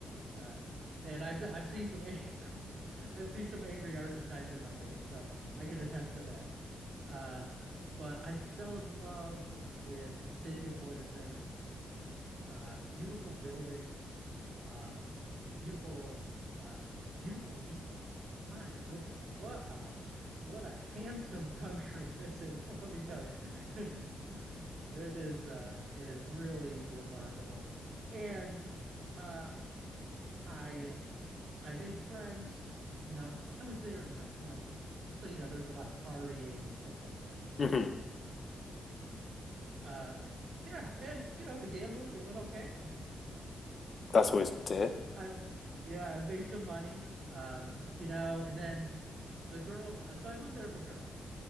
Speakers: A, on the right (about 60°); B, on the left (about 40°).
A: uh, and I've I've seen some <laughs> I've seen some angry Argentines in my day, so I can attest to that. Uh, but I fell in love with the city of Buenos Aires. Uh, beautiful buildings, uh, beautiful uh, beautiful people. My goodness, what a what a handsome <laughs> country this is. <laughs> Let me tell you, <laughs> it is uh, it is really remarkable, and uh, I I made friends. You know, I was there in my 20s. So, you know, there's a lot of partying and stuff like that.
B: Mhm.
A: Uh, yeah. And, you know, the gambling, it went okay.
B: That's always good to
A: <laughs>
B: hear.
A: I, yeah, I made some money. Um, you know, and then the girl, uh, so I moved there with a girl